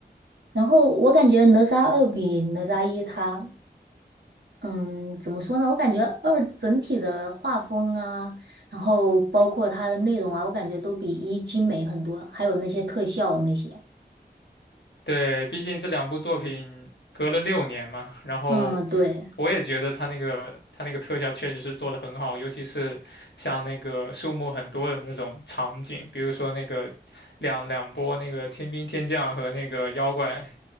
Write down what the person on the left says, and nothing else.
对，毕竟这两部作品隔了六年嘛，然后
我也觉得他那个他那个特效确实是做得很好，尤其是像那个树木很多的那种场景，比如说那个两两波那个天兵天将和那个妖怪